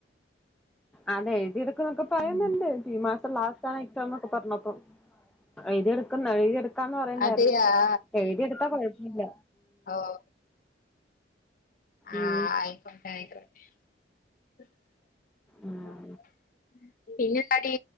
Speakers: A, in the centre; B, on the left.
A: അതെഴുതിട്ക്കും ന്നൊക്കെ പറയ്ന്ന്ണ്ട്
B: ഉം
A: ഈ മാസം ലാസ്റ്റാണ് എക്സാം ന്നൊക്കെ പർഞ്ഞപ്പൊ എഴുതിട്ക്കും എഴുതിട്ക്കാന്ന് പറയ്ണ്ടാര്ന്നു
B: അതെയാ
A: എഴുതിട്ത്താ കൊഴപ്പല്ല
B: ഓഹ് ആയി
A: ഉം
B: <unintelligible>
A: ഉം
B: പിന്നെന്താടി